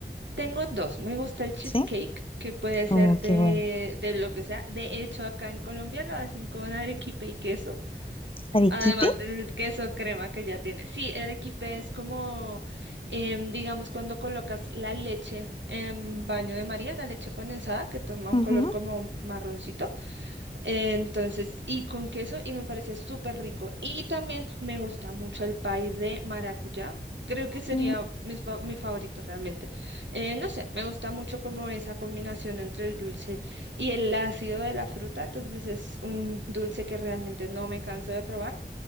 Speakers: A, on the right; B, on the left.
A: tengo dos. Me gusta el cheesecake,
B: ¿Sí?
A: que puede ser
B: Oh,
A: de,
B: qué bueno.
A: de lo que sea. De hecho, acá en Colombia lo hacen con arequipe y queso.
B: ¿Arequipe?
A: Además del queso crema que ya tiene. Sí, el arequipe es como, em, digamos, cuando colocas la leche en baño de María, la leche condensada, que toma un
B: Ujú.
A: color como marroncito. Eh, entonces, y con queso, y me parece súper rico. Y también me gusta mucho el pay de maracuyá. Creo que sería
B: Mm,
A: mi, fa- mi favorito realmente. Eh, no sé, me gusta mucho como esa combinación entre el dulce y el ácido de la fruta. Entonces es un dulce que realmente no me canso de probar.